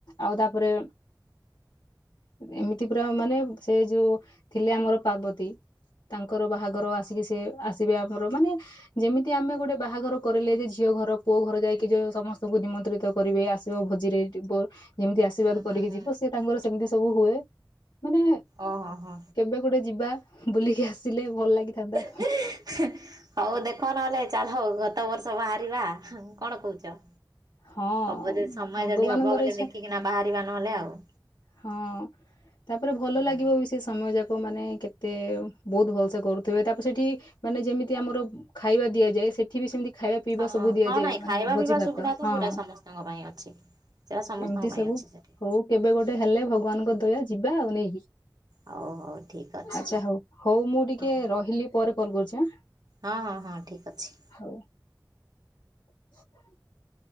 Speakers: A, on the left (about 75°); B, on the right (about 60°).
A: ଆଉ ତାପରେ ଉଁ ଏମିତି ପୁରା ମାନେ ସେ ଯୋଉ ଥିଲେ ଆମର ପାର୍ବତୀ ତାଙ୍କର ବାହାଘର ଆସିକି ସିଏ ଆସିବେ ଆମର ମାନେ ଯେମିତି ଆମେ ଗୋଟେ ବାହାଘର କରିଲେ ଯେ ଝିଅ ଘର ପୁଅ ଘର ଯାଇକି ଯୋଉ ସମସ୍ତୁଙ୍କୁ ନିମନ୍ତ୍ରିତ କରିବେ ଆସିବ ଭୋଜିରେ <unintelligible> ଯେମିତି ଆଶୀର୍ବାଦ
B: ହୁଁ
A: କରିକି
B: ହୁଁ
A: ଯିବ
B: ହୁଁ
A: ସିଏ ତାଙ୍କର ସେମତି ସବୁ ହୁଏ ମାନେ
B: ଓହୋ ହୋ
A: କେବେ ଗୋଟେ ଯିବା ବୁଲିକି ଆସିଲେ ଭଲ ଲାଗିଥାନ୍ତା।
B: ହିଁ ହେଁ ହଉ ଦେଖ ନହେଲେ ଚାଲ ହଉ ଗତ ବର୍ଷ ଭାରିବା ହୁଁ କଣ କହୁଚ।
A: ହଁ
B: ହବ ଯଦି ସମୟ ଯଦି
A: ଭଗବାନଙ୍କର
B: ହବ ବୋଲେ
A: ଇଚ୍ଛା
B: ଦେଖିକିନା ବାହାରିବା ନହେଲେ ଆଉ।
A: ହଁ। ତାପରେ ଭଲ
B: ହୁଁ
A: ଲାଗିବ ବି ସେ ସମୟ ଯାକ ମାନେ କେତେ ବୋହୁତୁ ଭଲ ସେ କରୁଥିବେ ତାପରେ ସେଠି ମାନେ ଯେମିତି ଆମର ଖାଇବା ଦିଆଯାଏ ସେ ଠି ବି ସେମତି ଖାଇବା ପିଇବା
B: ହଁ
A: ସବୁ ଦିଆଯାଏ
B: ହଁ ନାଇଁ
A: ମାନେ
B: ଖାଇବା
A: ଭୋଜି
B: ପିଇବା
A: ଭାତ
B: ସୁବିଧା ତ
A: ହଁ।
B: ପୁରା ସମସ୍ତଙ୍କ ପାଇଁ ଅଛି। ସେଟା ସମସ୍ତଙ୍କ
A: ଏମତି
B: ପାଇଁ
A: ସବୁ
B: ଅଛି ସେଠି
A: ହଉ କେବେ ଗୋଟେ ହେଲେ ଭଗବାନଙ୍କ ଦୟା ଯିବା ଆଉ ନାଇ କି।
B: ହଉ ହଉ ଠିକ୍ ଅଛି।
A: ଆଛା ହଉ ହଉ ମୁଁ ଟିକେ
B: ହଁ
A: ରହିଲି ପରେ କଲ୍ କରୁଛି ଆଁ।
B: ହଁ ହଁ ହଁ ଠିକ୍ ଅଛି।
A: ହଉ <unintelligible>